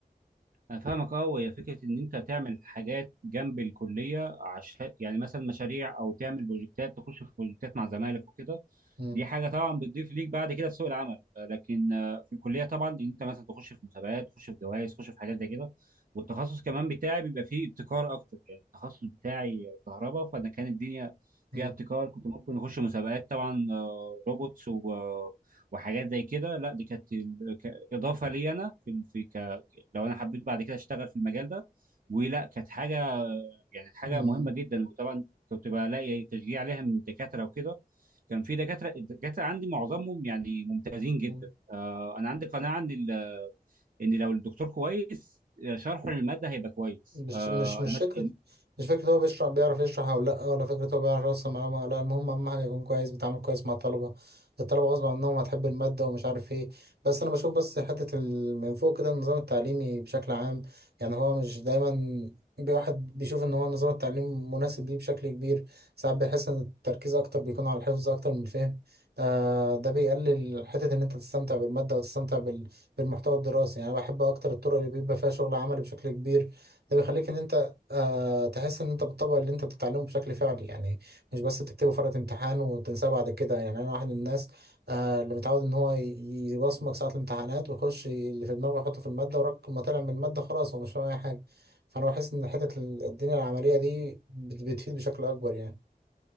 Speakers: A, on the right; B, on the right.
A: انا فاهمك اه وهي فكره ان انت تعمل حاجات جنب الكليه عشان يعني مثلا مشاريع او تعمل بروجكتات تخش في بروجكتات مع زمايلك وكده
B: مم،
A: دي حاجه طبعا بتضيف ليك بعد كده في سوق العمل آه، لكن آه، في الكليه طبعا ان انت مثلا تخش في مسابقات تخش في جوائز تخش في حاجات زي كده والتخصص كمان بتاعي بيبقى فيه ابتكار اكتر يعني التخصص بتاعي كهرباء فانا كان الدنيا
B: مم،
A: فيها ابتكار كنت ممكن اخش مسابقات طبعا آه، روبوتس و- وحاجات زي كده لا دي كانت ال- ك- اضافه لي انا في لو انا حبيت بعد كده اشتغل في المجال ده ولا كانت حاجه يعني حاجه
B: مم،
A: مهمه جدا وطبعا كنت بلاقي تشجيع عليها من الدكاتره وكده كان في دكاتره الدكاتره عندي معظمهم يعني ممتازين جدا
B: مم.
A: آه انا عندي قناعه ان ال- ان لو الدكتور كويس آه، شرحه للماده هيبقى كويس
B: مش
A: آه
B: مش مش
A: انا مثلا
B: فكرة مش فكرة هو بيشرح بيعرف يشرح أو لأ ولا فكرة هو بيعرف يوصل معلومة ولا لأ المهم أهم حاجة يكون كويس بيتعامل كويس مع الطلبة الطلبة غصب عنهم هتحب المادة ومش عارف إيه بس أنا بشوف بس حتة ال- من فوق كده النظام التعليمي بشكل عام يعني هو مش دايما واحد بيشوف إن هو نظام التعليم مناسب ليه بشكل كبير ساعات بيحس إن التركيز أكتر بيكون على الحفظ أكتر من الفهم آه ده بيقلل حتة إن أنت تستمتع بالمادة وتستمتع بال- بالمحتوى الدراسي يعني أنا بحب أكتر الطرق اللي بيبقى فيها شغل عملي بشكل كبير ده بيخليك ان انت آه تحس ان انت بتطبق اللي انت بتتعلمه بشكل فعلي يعني مش بس بتكتبه فرقة امتحان وتنساه بعد كده يعني انا واحد من الناس آه اللي متعود ان هو ي- يبصمج ساعة الامتحانات ويخش اللي في دماغه يحطه في المادة وراك ما طلع من المادة خلاص هو مش فاهم اي حاجة فانا بحس ان حتة ال- الدنيا العملية دي بت- بتفيد بشكل اكبر يعني